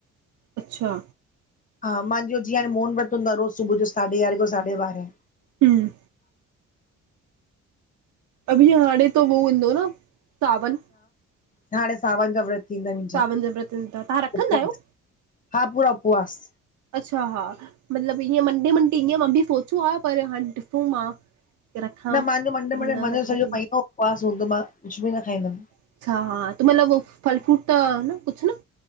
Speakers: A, on the right; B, on the left.
A: अच्छा।
B: हा मांजो जीअं हाणे मोन व्रत हूंदो आ, रोज़ सुबुह जो साढे यारहें खां साढे ॿारहें।
A: हम्म अभी हाणे त हू ईंदो न सावन।
B: न हाणे सावन जा व्रत। थींदा मुंहिंजा,
A: सावन जा व्रत, त तां रखंदा
B: उपवास
A: आयो?
B: हा पुरा उपवास
A: अच्छा हा, मतिलबु ईअं मंडे मंडे ईअं मां बि सोचियो आ पर हाणे डिसूं मां रखां
B: न
A: की
B: मुंहिंजो मंडे मुडे
A: न
B: मांजो
A: रखां
B: सॼो
A: थी
B: महीनो उपवास हूंदो आ, मां कुछ बि न खाईंदमि।
A: अच्छा, हा त मतिलब हो फल फ्रूट त न कुछ न।